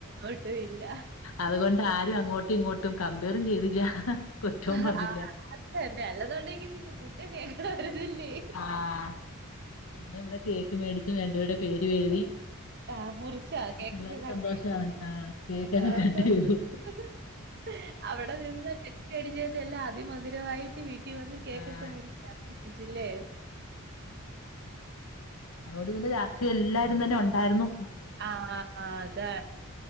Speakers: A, on the right; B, on the left.
A: ഒട്ടും ഇല്ല.
B: അതുകൊണ്ട് ആരും അങ്ങോ അങ്ങോട്ടും ഇങ്ങോട്ടും കമ്പയറും ചെയ്തില്ല. കുറ്റവും
A: ആ
B: പറഞ്ഞില്ല
A: ആ അതന്നെ അല്ലതുണ്ടെങ്കി പിന്നെ കു <unintelligible> തുല്ലേ
B: ആഹ് പിന്നെ ഇവിടെ കേക്ക് മേടിക്കും രണ്ട് പേരുടെ പേര് എഴുതി
A: ആ മുറിച്ചാ കേക്കൊക്കെ
B: പിള്ളേര്
A: കട്ട്
B: സന്തോഷാണ്
A: <unintelligible>
B: ആഹ് കേക്കൊക്കെ
A: ആ <unintelligible>
B: കട്ട് ചെയ്തു
A: അവിടെ നിന്ന് ചുറ്റിയടിച്ച് എല്ലാം അതിമധുരമായിട്ട് വി കുട്ടി വന്ന് കേക്കോക്കെ
B: ആഹ്
A: <unintelligible> മുറിച്ചല്ലേ.
B: അതകൊണ്ട് പിന്നെ രാത്രി എല്ലാ <unintelligible> തന്നെ ഒണ്ടായിരുന്നു.
A: ആ അതാ